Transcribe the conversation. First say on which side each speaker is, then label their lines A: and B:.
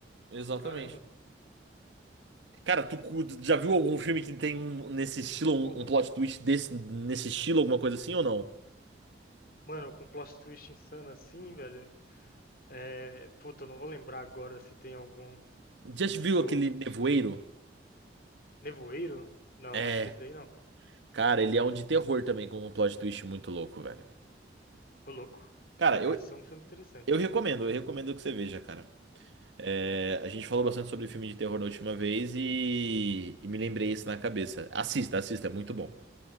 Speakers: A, on the right; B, on the left.
A: Exatamente.
B: Caramba,
A: Cara, tu cu- já viu algum filme que tem um- nesse estilo, um,
B: porra.
A: um plot twist desse, nesse estilo, alguma coisa assim ou não?
B: Mano, com plot twist insano assim, velho. É. Puta, eu não vou lembrar agora se tem algum.
A: Já viu
B: Se
A: aquele
B: eu...
A: Nevoeiro?
B: se- Nevoeiro? Não,
A: É.
B: acho que esse daí não.
A: Cara, ele é um de terror também, com um plot twist muito louco, velho.
B: Ô, louco.
A: Cara,
B: Ele parece
A: eu,
B: ser um filme interessante.
A: eu recomendo, eu recomendo que você veja, cara. É, a gente falou bastante sobre filme de terror da última vez e, e me lembrei isso na cabeça. Assista, assista, é muito bom.